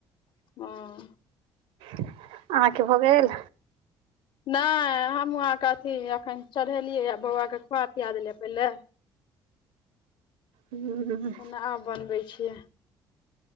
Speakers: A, on the left (about 60°); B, on the right (about 80°).
A: हँ
B: अहाँके भऽ गेल?
A: नय हमहूँ अहाँके अथी अखन चढ़ेलियै। बौआ के खुआ पिया देलियै यै पहिले
B: हँ
A: खेनाइ आब बनबै छियै।